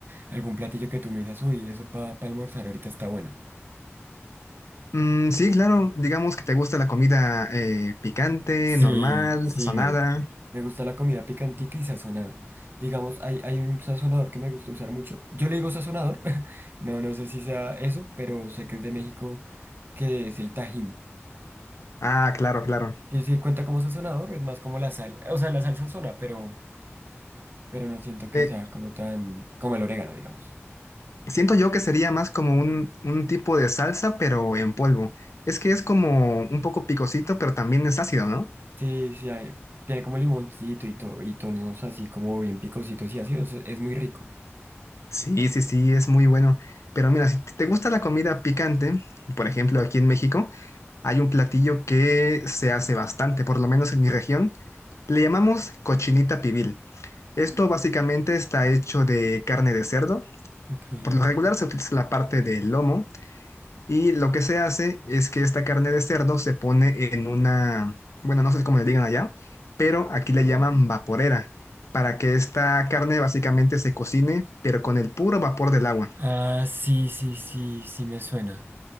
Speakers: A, on the right (about 50°); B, on the left (about 85°).
A: algún platillo que tú me digas, uy, eso para almorzar ahorita está bueno.
B: Mm, sí, claro. Digamos que te gusta la comida eh, picante,
A: Sí,
B: normal,
A: sí,
B: sazonada.
A: me, me gusta la comida picantica y sazonada. Digamos, hay, hay un sazonador que me gusta usar mucho. Yo le digo sazonador, <laughs> no, no sé si sea eso, pero sé que es de México, que es el Tajín.
B: Ah, claro, claro.
A: Sí, sí, cuenta como sazonador, es más como la sal. O sea, la sal sazona, pero, pero no siento que
B: Eh,
A: sea como tan, como el orégano, digamos.
B: siento yo que sería más como un, un tipo de salsa, pero en polvo. Es que es como un poco picosito, pero también es ácido, ¿no?
A: Sí, sí, hay- tiene como limoncito y, to, y tonos así como bien picositos y ácidos, es es muy rico.
B: Sí, sí, sí, es muy bueno. Pero mira, si te gusta la comida picante, por ejemplo, aquí en México, Hay un platillo que se hace bastante, por lo menos en mi región. Le llamamos cochinita pibil. Esto básicamente está hecho de carne de cerdo.
A: Ok.
B: Por lo regular se utiliza la parte del lomo y lo que se hace es que esta carne de cerdo se pone en una, bueno, no sé cómo le digan allá, pero aquí le llaman vaporera, para que esta carne básicamente se cocine, pero con el puro vapor del agua.
A: Ah, sí, sí, sí, sí me suena.